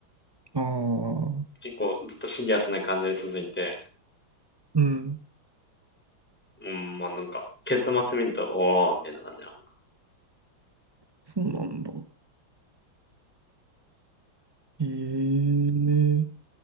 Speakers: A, on the right; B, in the centre.
A: の。ああ。
B: 結構ずっとシリアスな感じで続いて、
A: うん。
B: うん、まあなんか、結末見ると、おー、みたいな感じな。
A: そうなんだ。ええ